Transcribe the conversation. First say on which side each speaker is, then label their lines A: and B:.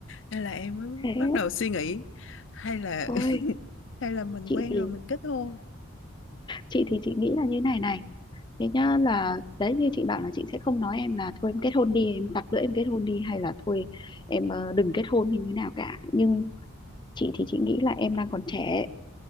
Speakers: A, on the left; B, on the left.
A: nên là em mới
B: thế
A: bắt đầu suy nghĩ hay là
B: thôi
A: <laughs> hay là mình
B: chị
A: quen
B: thì
A: rồi mình kết hôn
B: chị thì chị nghĩ là như này này thế nhá là đấy như chị bảo là chị sẽ không nói em là thôi em kết hôn đi em tặc lưỡi em kết hôn đi hay là thôi em ờ, đừng kết hôn hay như nào cả nhưng chị thì chị nghĩ là em đang còn trẻ